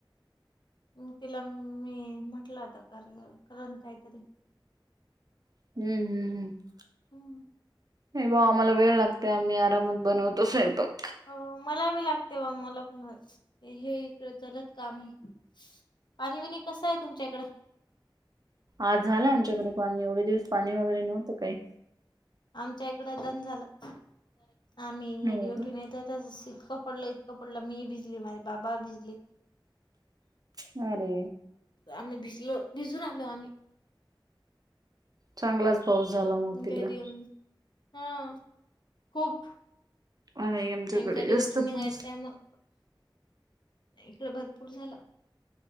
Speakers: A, on the left; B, on the right.
A: म तिला मी म्हटलं आता कर तर करण काहीतरी.
B: हम् हम् हम्.
A: <inaudible>
B: नाही बा आम्हाला वेळ लागते आम्ही आरामात बनवतो सईपाक.
A: हो मला बी लागते बा मला पण हे इकडे जलत काम आहे. पाणी बिणी कसं आहे तुमच्या इकडे.
B: आज झालं आमच्याकडे पाणी एवढे दिवस पाणी वगैरे नव्हतं काही.
A: आमच्या इकड दन झालं आम्ही मिबी
B: हो
A: उठुन
B: का
A: येतं होतो तस इतकं. पडलं इतकं पडलं मी भिजली माये बाबा भिजले.
B: ह रे
A: आमही भिजलो भिजून आलो आमही.
B: चांगलाच. पाऊस झाला. मग तिकडं
A: घरी हा खूप.
B: नाही आमच्याकडे
A: एम का
B: जास्त
A: ड्युटी निघायत
B: पाऊस
A: नाही मग. इकडे भरपूर झाला.